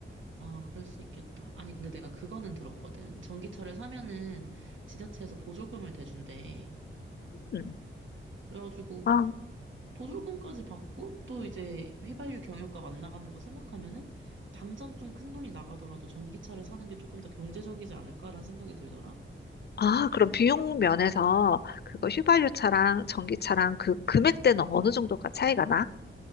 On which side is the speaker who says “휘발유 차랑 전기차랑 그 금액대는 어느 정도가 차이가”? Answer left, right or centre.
Left